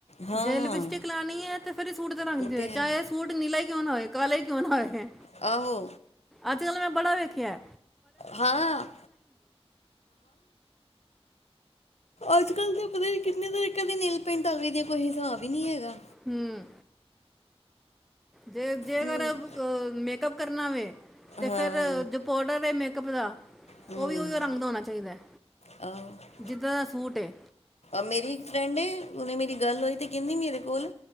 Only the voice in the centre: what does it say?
ਜੇ ਲਿਪਸਟਿਕ ਲਾਣੀ ਐ, ਤਾਂ ਫੇਰ ਵੀ ਸੂਟ ਦੇ ਰੰਗ
ਦੀ
ਹੋਏ।
ਸੂਟ ਨੀਲਾ ਈ ਕਿਉਂ ਨਾ ਹੋਏ, ਕਾਲਾ ਈ ਕਿਉਂ ਨਾ ਹੋਏ।
ਅੱਜ-ਕੱਲ ਮੈਂ ਬੜਾ ਵੇਖਐ।
ਹੂਂ। ਜੇ-ਜੇ ਅਗਰ
ਅ ਮੇਕਅੱਪ ਕਰਨਾ ਵੇ, ਤੇ
ਫੇਰ ਪਾਊਡਰ ਤੇ ਮੇਕਅੱਪ ਲਾ,
ਓ ਵੀ ਉਸੇ ਰੰਗ ਦਾ ਹੋਣਾ ਚਾਹੀਦੈ।
ਜਿੱਦਾਂ ਦਾ ਸੂਟ ਏ।